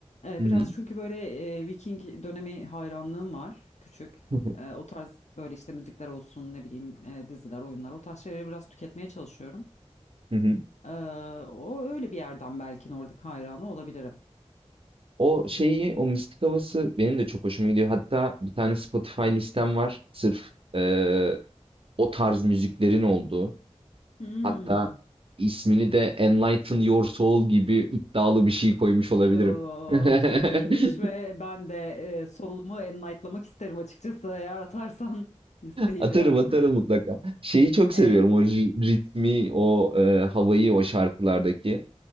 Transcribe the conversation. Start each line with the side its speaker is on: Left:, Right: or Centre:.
Left: Ee,
Right: Hı hı.
Left: biraz çünkü böyle e, Viking dönemi hayranlığım var küçük.
Right: <laughs>
Left: Ee, o tarz böyle işte müzikler olsun ne bileyim e, diziler, oyunlar o tarz şeyleri biraz tüketmeye çalışıyorum.
Right: Hı hı.
Left: Ee, o öyle bir yerden belki Nordik hayranı olabilirim.
Right: O şeyi, o mistik havası benim de çok hoşuma gidiyor. Hatta bir tane Spotify listem var. Sırf eee, o tarz müziklerin olduğu.
Left: Hmm.
Right: Hatta ismini de Enlighten Your Soul gibi iddialı bir şey koymuş olabilirim.
Left: Of
Right: <laughs>
Left: çok iyiymiş ve ben de e, solumu enlightlamak isterim açıkçası eğer atarsan <laughs> listeyi
Right: Atarım
Left: bir ara.
Right: atarım mutlaka. Şeyi çok seviyorum.
Left: E,
Right: O ri-
Left: hı,
Right: ritmi, o eee, havayı o şarkılardaki.